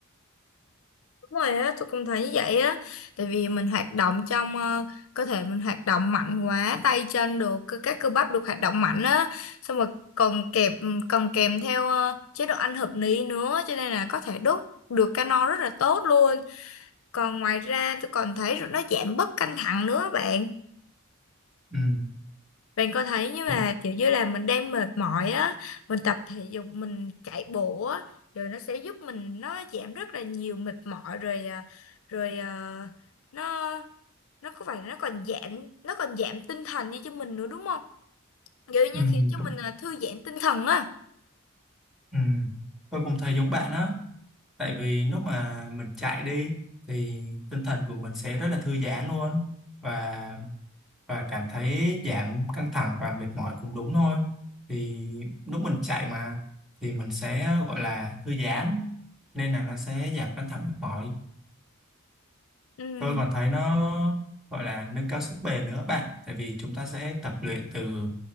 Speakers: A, on the left (about 65°); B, in the centre.
A: Đúng rồi á, tôi cũng thấy như vậy á Tại vì mình hoạt động trong ờ, Cơ thể mình hoạt động mạnh quá Tay chân được, cơ- các cơ bắp được hoạt động mạnh á Xong rồi còn kèm Còn kèm theo ờ, chế độ ăn hợp lý nữa Cho nên là có thể đốt được calo rất là tốt luôn Còn ngoài ra tôi còn thấy nó giảm bớt căng thẳng nữa bạn
B: ừ,
A: bạn có thấy như là
B: đúng,
A: kiểu như là mình đang mệt mỏi á, mình tập thể dục, mình chạy bộ á, rồi nó sẽ giúp mình nó giảm rất là nhiều mệt mỏi rồi à, rồi à, nó nó có phải là nó còn giảm nó còn giảm tinh thần đi cho mình nữa đúng không? Kiểu
B: ừ,
A: như khiến cho
B: đúng,
A: mình à, thư giãn tinh thần á.
B: ừ. tôi cũng thấy giống bạn đó tại vì lúc mà mình chạy đi thì tinh thần của mình sẽ rất là thư giãn luôn và và cảm thấy giảm căng thẳng và mệt mỏi cũng đúng thôi thì lúc mình chạy mà thì mình sẽ gọi là thư giãn nên là nó sẽ giảm căng thẳng mệt mỏi
A: Ừ.
B: tôi còn thấy nó gọi là nâng cao sức bền nữa bạn tại vì chúng ta sẽ tập luyện từ